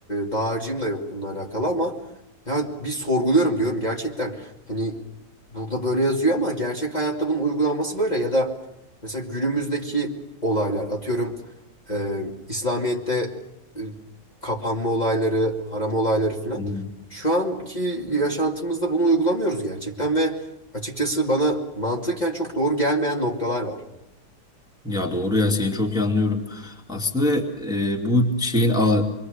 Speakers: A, on the left (about 20°); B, in the centre.
A: dağarcığım da yok bununla alakalı ama ya bir sorguluyorum diyorum gerçekten. Hani Burada böyle yazıyor ama gerçek hayatta bunun uygulanması böyle ya da mesela günümüzdeki olaylar atıyorum e, İslamiyet'te e, kapanma olayları, haram olayları filan.
B: hı.
A: Şu anki yaşantımızda bunu uygulamıyoruz gerçekten ve açıkçası bana mantıken çok doğru gelmeyen noktalar var.
B: Ya doğru ya seni çok iyi anlıyorum. Aslında e, bu şeyin a,